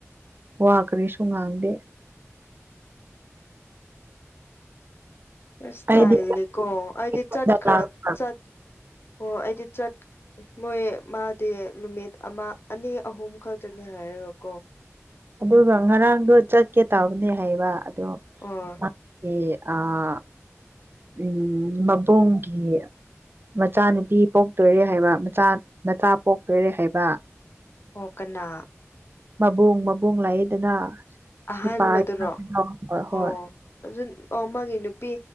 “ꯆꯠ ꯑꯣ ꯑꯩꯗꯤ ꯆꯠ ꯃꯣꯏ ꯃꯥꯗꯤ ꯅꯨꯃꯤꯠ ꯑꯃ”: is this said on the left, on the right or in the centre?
Left